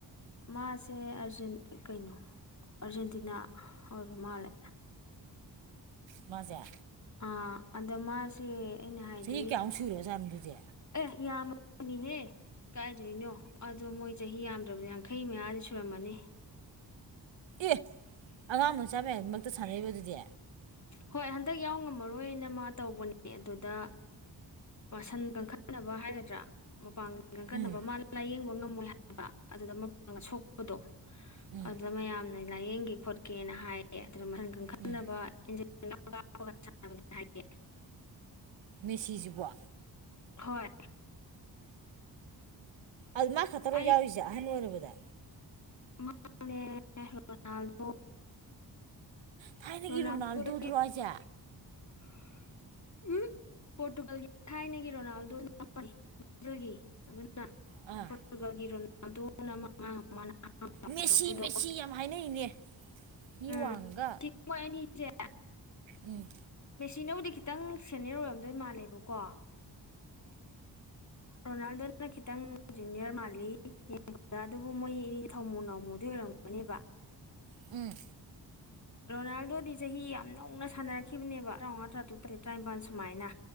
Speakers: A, on the left (about 40°); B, on the right (about 80°).
A: ꯃꯥꯁꯦ ꯑꯔꯖꯦꯟ ꯀꯩꯅꯣ ꯑꯔꯖꯦꯟꯇꯤꯅꯥ ꯑꯣꯏꯕ ꯃꯥꯜꯂꯦ
B: ꯃꯥꯖꯦ
A: ꯑ ꯑꯗ ꯃꯥꯁꯦ ꯑꯩꯅ ꯍꯥꯏꯗꯤ
B: ꯆꯍꯤ ꯀꯌꯥꯃꯨꯛ ꯁꯨꯔꯖꯥꯠꯅꯣ ꯑꯗꯨꯗꯤ
A: ꯑꯦ ꯌꯥꯝ ꯅꯤꯍꯦ ꯀꯥꯏꯗꯣꯏꯅꯣ ꯑꯗꯣ ꯃꯣꯏ ꯆꯍꯤ ꯌꯥꯝꯗ꯭ꯔꯕꯗ ꯌꯥꯡꯈꯩ ꯃꯌꯥꯗꯤ ꯁꯨꯔꯝꯃꯅꯤ
B: ꯑꯦ ꯑꯉꯥꯡ ꯃꯆꯥ ꯃꯌꯥ ꯃꯔꯛꯇ ꯁꯥꯟꯅꯔꯤꯕꯗꯨꯗꯤ
A: ꯍꯣꯏ ꯍꯟꯗꯛ ꯌꯥꯎ ꯉꯝꯃꯔꯣꯏꯅ ꯃꯥ ꯇꯧꯕꯅꯦ ꯑꯗꯨꯗ ꯃꯁꯟ ꯀꯟꯈꯠꯅꯕ ꯍꯥꯏꯒꯗ꯭ꯔꯥ ꯃꯄꯥꯟꯒꯟ ꯀꯟꯈꯠꯅꯕ
B: ꯎꯝ
A: ꯃꯥꯗꯣ ꯂꯥꯏꯌꯦꯡꯕ ꯉꯝ ꯉꯝꯃꯣꯏ ꯍꯥꯏꯕ ꯑꯗꯨꯗ ꯃꯄꯥꯡꯒꯟ ꯁꯣꯛꯄꯗꯣ
B: ꯎꯝ
A: ꯑꯗꯨꯗ ꯃꯌꯥꯝꯅ ꯂꯥꯏꯌꯦꯡꯒꯤ ꯈꯣꯠꯀꯦꯅ ꯍꯥꯏꯌꯦ ꯑꯗꯨꯗ ꯃꯁꯟ ꯈꯟꯈꯠꯅꯕ
B: ꯎꯝ
A: ꯏꯅꯖꯤ <unintelligible>
B: ꯃꯦꯁꯤꯁꯤꯕꯣ
A: ꯍꯣꯏ
B: ꯑꯗꯨ ꯃꯥ ꯈꯛꯇꯔꯣ
A: ꯑꯩ
B: ꯌꯥꯎꯔꯤꯁꯦ ꯑꯍꯜ ꯑꯣꯏꯔꯕꯗ
A: <unintelligible>
B: ꯊꯥꯏꯅꯒꯤ
A: ꯔꯣꯅꯥꯜꯗꯣꯗ
B: ꯔꯣꯅꯥꯜꯗꯣꯗꯨꯔꯣ ꯍꯥꯏꯁꯦ
A: <unintelligible> ꯎꯝ ꯄꯣꯔꯇꯨꯒꯜꯒꯤ ꯊꯥꯏꯅꯒꯤ ꯔꯣꯅꯥꯜꯗꯣ ꯑꯃꯅꯤ <unintelligible>
B: ꯑꯥ
A: ꯑꯗꯨꯅ ꯃꯥꯅ ꯑꯃ ꯅꯍꯥꯟꯋꯥꯏꯗꯣ
B: ꯃꯦꯁꯤ
A: ꯑꯗꯨꯗꯣ
B: ꯃꯦꯁꯤ ꯌꯥꯝ ꯍꯥꯏꯅꯩꯅꯦ ꯃꯤ
A: ꯎꯝ
B: ꯋꯥꯡꯒ
A: ꯁꯤ ꯃꯣꯏ ꯑꯅꯤꯁꯦ
B: ꯎꯝ
A: ꯏ ꯅꯧꯗꯤ ꯈꯤꯇꯪ ꯁꯦꯅꯤꯌꯔ ꯑꯣꯏꯔꯝꯗꯣꯏ ꯃꯥꯜꯂꯦꯕꯀꯣ ꯔꯣꯅꯥꯜꯗꯣꯗꯅ ꯈꯤꯇꯪ ꯖꯨꯅꯤꯌꯔ ꯃꯥꯜꯂꯤ ꯑꯗꯨꯕꯨ ꯃꯣꯏ ꯊꯝꯃꯨ ꯅꯝꯃꯨꯗꯣꯏ ꯑꯣꯔꯝꯒꯅꯦꯕ
B: ꯎꯝ
A: ꯔꯣꯅꯥꯜꯗꯣꯗꯤ ꯆꯍꯤ ꯌꯥꯝ ꯅꯧꯅ ꯁꯥꯟꯅꯔꯛꯈꯤꯕꯅꯦꯕ ꯇꯔꯥꯃꯉꯥ ꯇꯔꯥ ꯇꯨꯛ ꯇꯔꯦꯠ ꯇꯔꯥꯅꯤꯄꯥꯜ ꯁꯨꯃꯥꯏꯅ